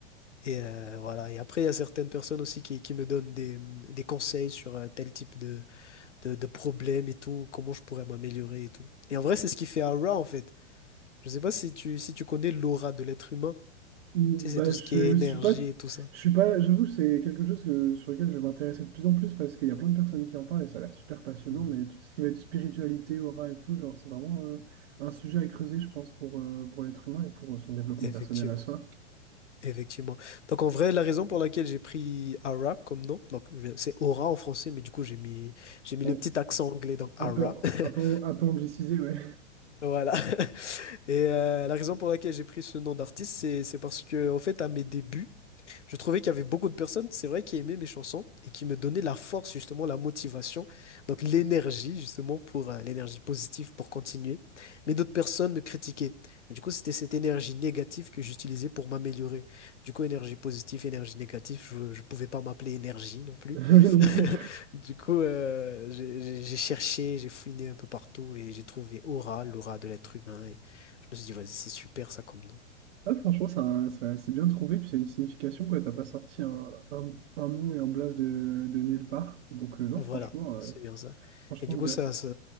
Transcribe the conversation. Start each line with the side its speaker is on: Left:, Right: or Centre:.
Left: Et euh, voilà. Et après, il y a certaines personnes aussi qui, qui me donnent des, des conseils sur euh, tel type de de, de problèmes et tout, comment je pourrais m'améliorer et tout. Et en vrai, c'est ce qui fait Aura, en fait. Je sais pas si tu, si tu connais l'aura de l'être humain.
Right: Mm,
Left: Tu sais,
Right: Bah,
Left: c'est tout
Right: je
Left: ce qui est énergie
Right: suis pas, t-
Left: et tout ça.
Right: je suis pas, j'avoue, c'est quelque chose que, sur lequel je vais m'intéresser de plus en plus parce qu'il y a plein de personnes qui en parlent et ça a l'air super passionnant.
Left: Mm.
Right: Mais tout ce qui va être spiritualité, aura et tout, genre, c'est vraiment euh, un sujet à creuser, je pense, pour, euh, pour l'être humain et pour euh, son développement
Left: Effectivement.
Right: personnel à soi.
Left: Effectivement. Donc en vrai, la raison pour laquelle j'ai pris Aura comme nom, donc je- c'est aura en français, mais du coup j'ai mis j'ai mis
Right: En-
Left: le petit accent anglais donc
Right: un
Left: Aura.
Right: peu,
Left: <laughs>
Right: un peu, un peu anglicisé, ouais,
Left: Voilà. <laughs> Et euh, la raison pour laquelle j'ai pris ce nom d'artiste, c'est c'est parce que au fait à mes débuts, Je trouvais qu'il y avait beaucoup de personnes, c'est vrai, qui aimaient mes chansons et qui me donnaient la force, justement, la motivation, donc l'énergie, justement, pour euh, l'énergie positive pour continuer. Mais d'autres personnes me critiquaient. Et du coup, c'était cette énergie négative que j'utilisais pour m'améliorer. Du coup, énergie positive, énergie négative, je ne pouvais pas m'appeler énergie non
Right: <laughs>
Left: plus.
Right: mais non
Left: <laughs>
Right: plus.
Left: Du coup, euh, j'ai j'ai- j'ai cherché, j'ai fouiné un peu partout et j'ai trouvé aura, l'aura de l'être humain. Et je me suis dit, vas-y, c'est super ça comme nom.
Right: Ah, franchement, c'est un- c'est c'est bien trouvé, puis c'est une signification, quoi. T'as pas sorti un, un, un nom et un blaze de, de nulle part. Donc, euh, non,
Left: Voilà,
Right: franchement, euh,
Left: c'est bien ça.
Right: franchement,
Left: Et du
Right: bien.
Left: coup, ça, ça,